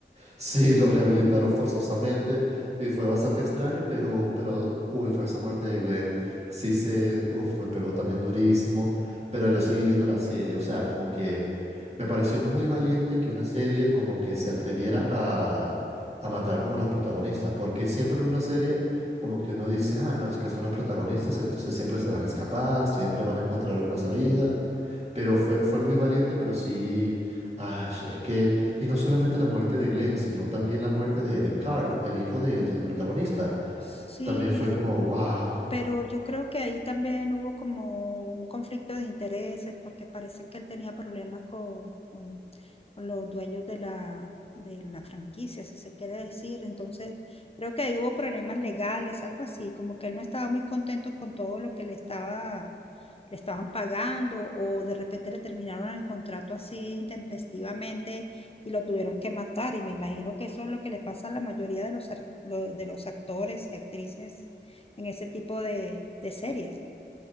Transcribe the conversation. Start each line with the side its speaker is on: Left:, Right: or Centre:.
Right: Sí, lo rehabilitaron forzosamente y fue bastante extraño, pero, pero, uy, fue esa muerte de Glenn. Sí se, uf, me pegó también durísimo, pero yo seguí viendo la serie, o sea, como que me pareció muy valiente que una serie como que se atreviera a, a matar como a los protagonistas, porque siempre en una serie como que uno dice, ah, no, es que son los protagonistas, entonces siempre se van a escapar, siempre van a encontrar una salida,
Left: Sí,
Right: pero fue, fue muy valiente, pero sí, ah, es que, y no solamente la muerte de Glenn, sino también la muerte de, de Carl, el hijo del, del protagonista.
Left: sí,
Right: También fue como, wow,
Left: Pero yo creo que ahí también hubo como un conflicto de intereses porque parece que él tenía problemas con, con- con los dueños de la, de la franquicia, si se quiere decir. Entonces, creo que ahí hubo problemas legales, algo así, como que él no estaba muy contento con todo lo que le estaba, le estaban pagando o de repente le terminaron el contrato así intempestivamente y lo tuvieron que matar. Y me imagino que eso es lo que le pasa a la mayoría de los, ar- lo- de los actores y actrices en ese tipo de, de series.